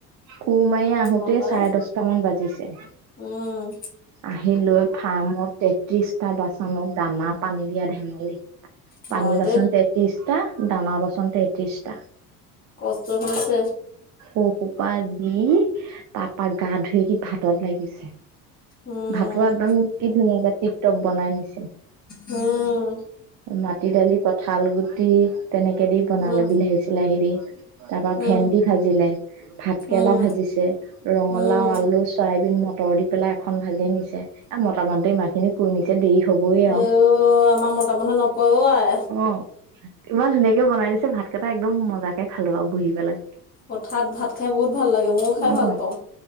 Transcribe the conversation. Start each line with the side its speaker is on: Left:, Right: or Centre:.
Right: কোৰ মাৰি আহোতে
Left: হয় পাই
Right: চাৰে দশটা মান বাজিছে।
Left: উম।
Right: আহিলো ফাৰ্মত তেত্ৰিশটা বাচনত দানা পানী দিয়া ধেমালি।
Left: হয়
Right: পানী বাচন
Left: দেই
Right: তেত্ৰিশটা দানা বাচন তেত্ৰিশটা।
Left: কষ্ট হৈছে।
Right: সৌ সোপা দি তাৰপৰা গা ধুই সি ভাতত লাগিছে।
Left: উম
Right: ভাতো একদম কি ধুনীয়াকে টিপ টপ বনাই আনিছে।
Left: উম,
Right: মাটি দালি কঁঠাল গুটি তেনেকে দি বনালে
Left: উম,
Right: বিলাহী চিলাহী দি। তাৰ পৰা
Left: উম,
Right: ভেন্দি ভাজিলে ভাতকেৰেলা
Left: উম,
Right: ভাজিছে ৰঙালাও
Left: উম,
Right: আলু চয়াবিন মটৰ মটৰ দি পেলাই এখন ভাজি নিছে মতা মানুহ টো ইমান খিনি কৰি নিছে দেৰি হ'বই আও,
Left: আইও আমাৰ মতা মানুহে নকয় অ' আই
Right: অৱ। ইমান ধুনীয়াকে বনাই দিছে ভাতকেইটা একদম মজাকে খালো আৰু বহি পেলাই।
Left: পথাত ভাত খাই বহুত ভাল লাগে, মইও খাই
Right: অ
Left: ভাল পাওঁ।